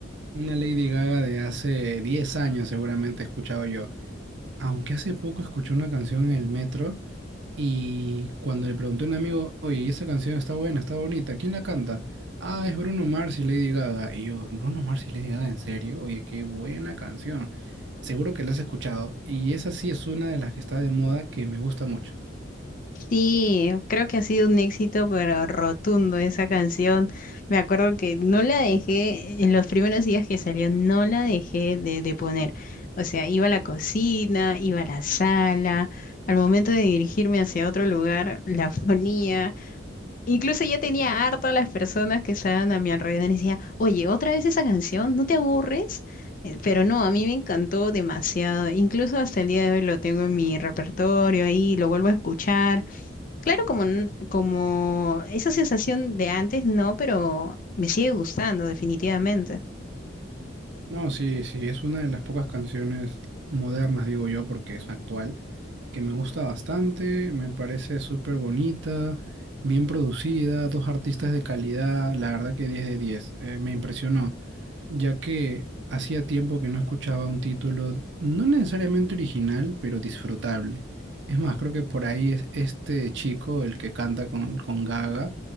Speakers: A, on the right; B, on the left.
A: Una Lady Gaga de hace 10 años seguramente he escuchado yo. Aunque hace poco escuché una canción en el metro Y cuando le pregunté a un amigo, oye, ¿y esa canción está buena, está bonita, ¿quién la canta? Ah, es Bruno Mars y Lady Gaga. Y yo, Bruno Mars y Lady Gaga, ¿en serio? Oye, qué buena canción. Seguro que la has escuchado. Y esa sí es una de las que está de moda que me gusta mucho.
B: Sí, creo que ha sido un éxito, pero rotundo esa canción. Me acuerdo que no la dejé, en los primeros días que salió, no la dejé de, de poner. O sea, iba a la cocina, iba a la sala, al momento de dirigirme hacia otro lugar, la <laughs> ponía. Incluso yo tenía harto a las personas que estaban a mi alrededor y decía, oye, otra vez esa canción, ¿no te aburres? Eh, Pero no, a mí me encantó demasiado. Incluso hasta el día de hoy lo tengo en mi repertorio ahí, lo vuelvo a escuchar. Claro, como, n- como esa sensación de antes, no, pero me sigue gustando definitivamente.
A: No, sí, sí, es una de las pocas canciones modernas, digo yo, porque es actual, que me gusta bastante, me parece súper bonita, bien producida, dos artistas de calidad, la verdad que 10 de 10, eh, me impresionó, ya que hacía tiempo que no escuchaba un título no necesariamente original, pero disfrutable. Es más, creo que por ahí es este chico, el que canta con, con Gaga,